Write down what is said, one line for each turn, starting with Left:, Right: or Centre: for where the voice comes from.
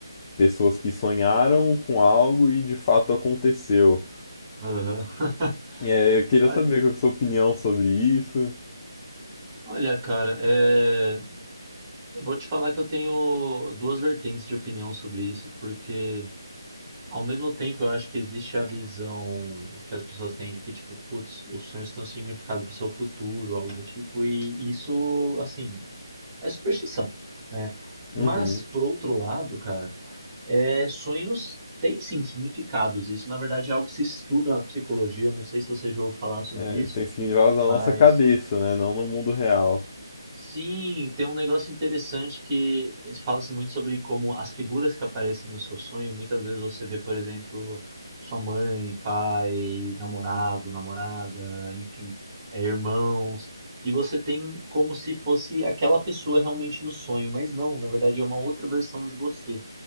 Left: pessoas que sonharam com algo e de fato aconteceu.
Right: Aham. <laughs>
Left: E, é, eu queria
Right: Olha,
Left: saber qual que é a sua opinião sobre isso.
Right: olha, cara, é... eu vou te falar que eu tenho duas vertentes de opinião sobre isso, porque ao mesmo tempo eu acho que existe a visão que as pessoas têm de que, tipo, putz, os sonhos têm um significado pro seu futuro, algo do tipo, e isso, assim, é superstição, né? Mas,
Left: Uhum.
Right: por outro lado, cara, é... sonhos têm sim significados. Isso, na verdade, é algo que se estuda na psicologia. Eu não sei se você já ouviu falar sobre
Left: É,
Right: isso,
Left: tem significados na
Right: mas.
Left: nossa cabeça, né? Não no mundo real.
Right: Sim, tem um negócio interessante que fala-se muito sobre como as figuras que aparecem no seu sonho, muitas vezes você vê, por exemplo, sua mãe, pai, namorado, namorada, enfim, é, irmãos, e você tem como se fosse aquela pessoa realmente no sonho, mas não, na verdade é uma outra versão de você.